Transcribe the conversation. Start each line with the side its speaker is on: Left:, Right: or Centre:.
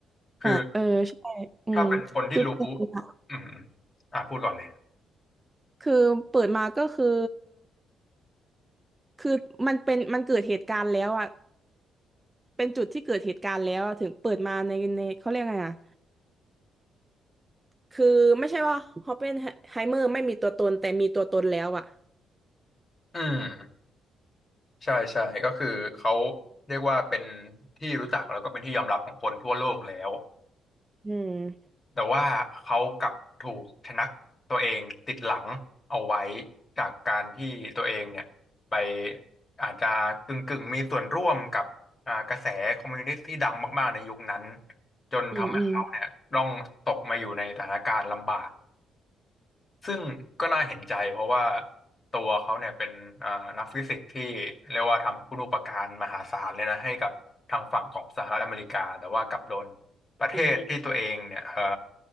Left: คือ
Right: อ่ะเออใช่อืมคือเปิดมา
Left: ถ้าเป็นคนที่รู้ อืมอมอ่ะพูดก่อนเลย
Right: คือเปิดมาก็คือ คือมันเป็นมันเกิดเหตุการณ์แล้วอ่ะเป็นจุดที่เกิดเหตุการณ์แล้วอะถึงเปิดมาในในเขาเรียกไงอ่ะคือไม่ใช่ว่าฮอปเปนไฮเมอร์ไม่มีตัวตนแต่มีตัวตนแล้วอ่ะ
Left: อืมใช่ใช่ก็คือเขาเรียกว่าเป็นที่รู้จักแล้วก็เป็นที่ยอมรับของคนทั่วโลกแล้ว
Right: อืม
Left: แต่ว่าเขากลับถูกชะนักตัวเองติดหลังเอาไว้ จากการที่ตัวเองเนี่ยไปอาจจะกึ่งกึ่งมีส่วนร่วมกับอ่ากระแสคอมมิวนิสต์ที่ดังมากๆในยุคนั้นจนทำให้เขาเนี่ยต้องตกมาอยู่ในสถานการณ์ลำบาก
Right: อืมอืม
Left: ซึ่งก็น่าเห็นใจเพราะว่าตัวเขาเนี่ยเป็นเอ่อนักฟิสิกส์ที่เรียกว่าทำคุณูปการมหาศาลเลยนะให้กับทางฝั่งของสหรัฐอเมริกาแต่ว่ากลับโดนประเทศที่ตัวเองเนี่ยเอ่อ
Right: อืม